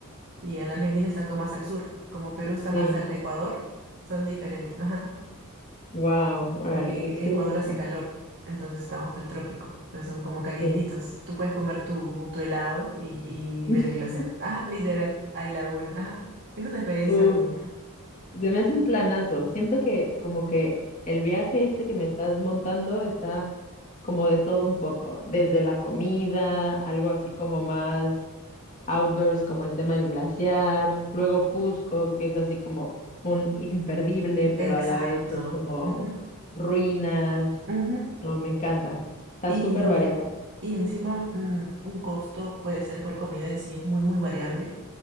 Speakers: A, on the right; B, on the left.
A: y en Argentina están como más al sur. Como Perú está
B: Sí,
A: más al Ecuador, son diferentes. Ajá.
B: wow, órale,
A: porque
B: qué experiencia.
A: en Ecuador hace calor, entonces estamos al trópico, entonces son como calientitos.
B: Sí.
A: Tú puedes comer tu, tu helado y, y
B: <laughs>
A: ver el glaciar. Ajá, literal, hay laguna, ajá. Es una experiencia
B: Uh,
A: única.
B: se me hace un planazo. Siento que como que el viaje este que me estás montando está como de todo un poco, desde la comida, algo así como más outdoors como el tema del glaciar, luego Cusco, que es así como un imperdible, pero
A: Exacto.
B: a la vez es como
A: ujú,
B: ruinas.
A: ujú.
B: No, me encanta. Está
A: Y,
B: súper variado.
A: y encima, mm, un costo puede ser por comida en sí, es muy, muy variable.